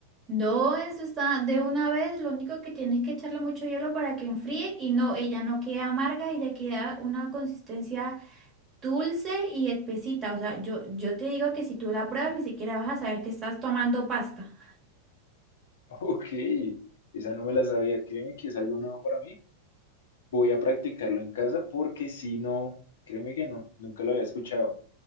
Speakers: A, on the right; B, on the left.
A: No, eso está de una vez, lo único que tienes que echarle mucho hielo para que enfríe y no, ella no queda amarga, ella queda una consistencia dulce y espesita. O sea, yo, yo te digo que si tú la pruebas ni siquiera vas a saber que estás tomando pasta.
B: <laughs> Ok, esa no me la sabía. Créeme que es algo nuevo para mí. Voy a practicarlo en casa porque si no, créeme que no, nunca lo había escuchado.